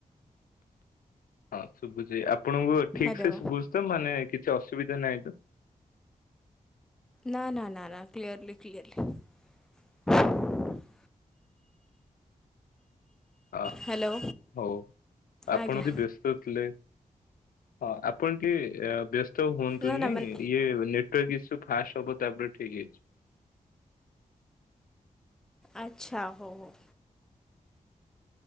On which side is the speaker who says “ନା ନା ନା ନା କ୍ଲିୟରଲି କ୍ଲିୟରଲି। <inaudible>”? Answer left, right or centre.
Centre